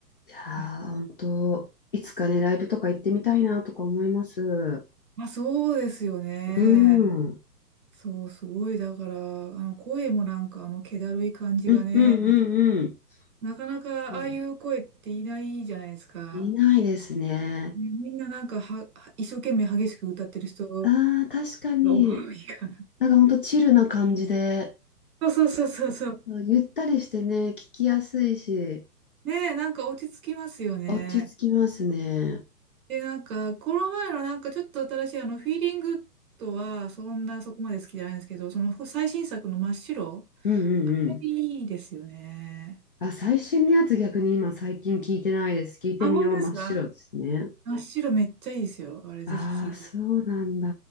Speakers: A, on the left; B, on the right.
A: いやー、
B: め
A: ほんと、いつかね、ライブとか行ってみたいなとか思います。う
B: まあ、そうですよね。
A: ーん。うん
B: そう、すごい。だから、あの声もなんか、あの、気だるい感じがね、
A: うんうんうん。
B: また、なかなかああいう声っていないじゃないですか。
A: うんいないですね。
B: ねみんななんかは、は一生懸命激しく歌ってる人
A: ああー、確かに。
B: が多いか
A: なんかほんとチルな感じで。
B: ら。<laughs> そうそうそうそうそう。
A: ゆったりしてね、聞きやすいし、
B: ねえ、なんか落ち着きますよね。
A: 落ち着きますね。
B: で、なんか、この前のなんかちょっと新しいあの、フィーリングとは、そんなそこまで好きじゃないんですけど、その最新作の真っ白、
A: うんうんうんうん。
B: あれいいですよね。
A: あ、最新のやつ逆に今最近聞いてないです。聞いてみよう。
B: あ、本当ですか
A: 真っ白ですね。
B: 真っ白めっちゃいいですよ。あれぜひ聞いてください。
A: ああ、そうなんだ。